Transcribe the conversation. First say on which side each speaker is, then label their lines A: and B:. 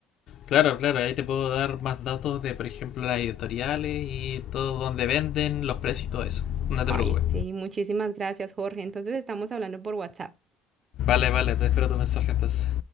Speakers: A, on the left (about 50°); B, on the right (about 25°).
A: Claro, claro, ahí te puedo dar más datos de, por ejemplo, las editoriales y todo donde venden, los precios y todo eso. No
B: Ay,
A: te preocupes.
B: sí, muchísimas gracias, Jorge. Entonces estamos hablando por WhatsApp.
A: Vale, vale, te espero tu mensaje entonces.